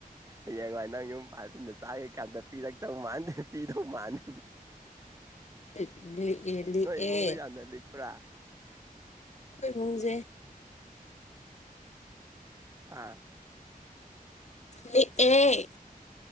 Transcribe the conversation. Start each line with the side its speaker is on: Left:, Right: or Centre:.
Right: ꯍꯌꯦꯡꯉ ꯅꯪ ꯌꯨꯝ ꯃꯄꯥꯜꯁꯤꯡꯗ ꯆꯥꯈꯀꯥꯟꯗ ꯄꯤꯔꯛꯇꯧ ꯃꯥꯟꯗꯦ ꯄꯤꯗꯧ ꯃꯥꯟꯦ
Left: <inaudible> ꯂꯤꯛꯑꯦ
Right: ꯅꯣꯏ
Left: ꯑꯩꯈꯣꯏ
Right: ꯏꯃꯨꯡꯗ ꯌꯥꯝꯅ ꯂꯤꯛꯄ꯭ꯔꯥ
Left: ꯑꯩꯈꯣꯏ ꯃꯨꯡꯖꯦ
Right: ꯍꯥ
Left: ꯂꯤꯛꯑꯦ